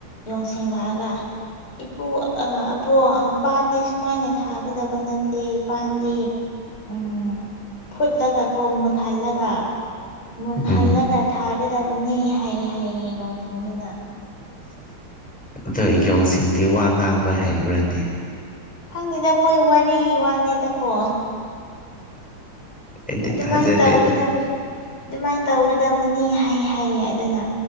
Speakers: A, on the left; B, in the centre.
A: ꯌꯣꯡꯁꯤꯂꯛꯑꯒ ꯏꯄꯨ ꯑꯕꯣ ꯄꯥꯟꯗꯤ ꯁꯨꯃꯥꯏꯅ ꯊꯥꯒꯗꯕ ꯅꯠꯇꯦ ꯄꯥꯟꯗꯤ ꯎꯝ ꯐꯨꯠꯂꯒ ꯀꯣ ꯃꯨꯜ ꯍꯥꯜꯂꯒ ꯃꯨꯟ
B: ꯎꯝ
A: ꯍꯥꯜꯂꯒ ꯊꯥꯒꯗꯕꯅꯤ ꯍꯩꯌꯦ ꯍꯥꯏꯩꯌꯦ ꯌꯦꯣꯡꯁꯤꯟꯗꯨꯅ
B: ꯑꯗꯣ ꯏꯌꯣꯡꯁꯤꯡꯗꯤ ꯋꯥ ꯉꯥꯡꯕ ꯍꯩꯕ꯭ꯔꯅꯦ
A: ꯈꯪꯗ‌ꯦꯗ ꯃꯣꯏ ꯋꯥꯔꯤꯒꯤ ꯋꯥꯅꯤꯗꯀꯣ
B: ꯑꯦꯗꯤ
A: ꯑꯗꯨꯃꯥꯏꯅ
B: ꯊꯖꯦꯗꯗ
A: ꯇꯧꯒꯗꯕ ꯑꯗꯨꯃꯥꯏꯅ ꯇꯧꯒꯗꯕꯅꯤ ꯍꯩ ꯍꯥꯏꯌꯦ ꯑꯗꯨꯅ